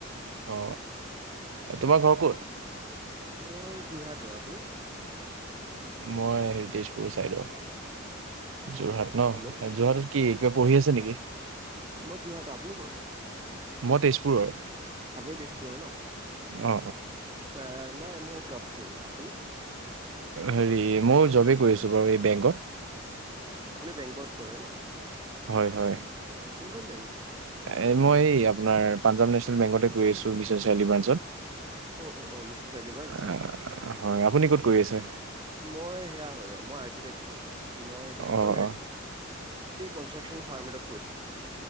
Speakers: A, on the right; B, on the right.
A: অ তোমাৰ ঘৰ ক'ত?
B: মোৰ যোৰহাটৰ, আপুনি?
A: মই হেৰি তেজপুৰ চাইডৰ। যোৰহাট ন,
B: হেল্ল'
A: যোৰহাটত কি কিবা পঢ়ি আছে নেকি?
B: মই যোৰহাটৰ আপুনি কৰ?
A: মই তেজপুৰৰ।
B: আবৈ তেজপুৰৰ ন?
A: অ
B: অ নাই মই জব কৰো, আপুনি?
A: হেৰি মই জবেই কৰিছো বাৰু এই বেংকত।
B: আপুনি বেংকত কৰে ন?
A: হয় হয়,
B: অ কোনখন বেংক?
A: এ মই এই আপোনাৰ পাঞ্জাৱ নেছনেল বেংকতে কৰি আছো বিশ্বনাথ চাৰিআলি ব্ৰাঞ্চত।
B: অ অ অ মিছন চাৰিআলিব্ৰাঞ্চ?
A: আহ, হয় আপুনি ক' ত কৰি আছে?
B: মই সেয়া হয় মই আৰ্কিটেক্ট হয়, মই এইটো
A: অ
B: কি
A: অ
B: ক নাই এই কনষ্ট্ৰাকছন ফাৰ্ম এটা